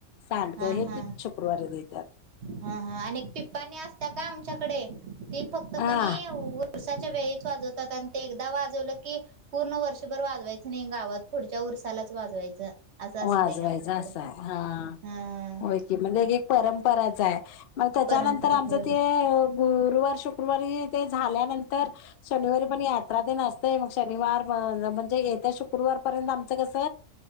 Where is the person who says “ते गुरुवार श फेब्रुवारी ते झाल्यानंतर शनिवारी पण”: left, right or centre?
Left